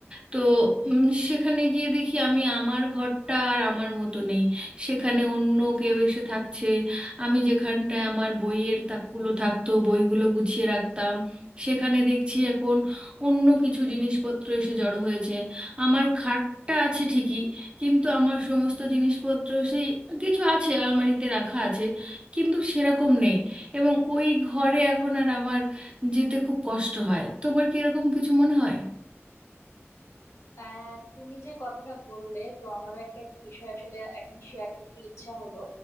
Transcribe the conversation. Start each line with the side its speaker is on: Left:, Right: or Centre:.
Right: তো উম, সেখানে গিয়ে দেখি আমি আমার ঘরটা আর আমার মতো নেই সেখানে অন্য কেউ এসে থাকছে আমি যেখানটায় আমার বইয়ের তাকগুলো থাকতো বইগুলো গুছিয়ে রাখতাম সেখানে দেখছি এখন অন্য কিছু জিনিসপত্র এসে জড়ো হয়েছে আমার খাটটা আছে ঠিকই কিন্তু আমার সমস্ত জিনিসপত্র সেই কিছু আছে আলমারিতে রাখা আছে কিন্তু সেরকম নেই এবং ওই ঘরে এখন আর আমার যেতে খুব কষ্ট হয় তোমার কি এরকম কিছু মনে হয়
Left: আহ তুমি যে কথাটা বললে তো আমারও একটা বিষয় আসলে এখন শেয়ার করতে ইচ্ছা হলো